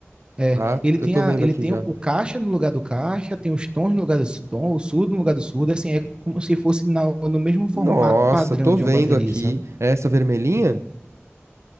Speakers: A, on the right; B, on the right.
A: É,
B: Tá,
A: ele
B: eu
A: tem
B: tô
A: a,
B: vendo
A: ele
B: aqui
A: tem
B: já.
A: o caixa no lugar do caixa, tem os tons no lugar dos tons, o surdo no lugar do surdo, assim, é como se fosse na- no mesmo formato
B: Nossa,
A: padrão
B: tô
A: de
B: vendo
A: uma bateria,
B: aqui.
A: sabe?
B: É essa vermelhinha?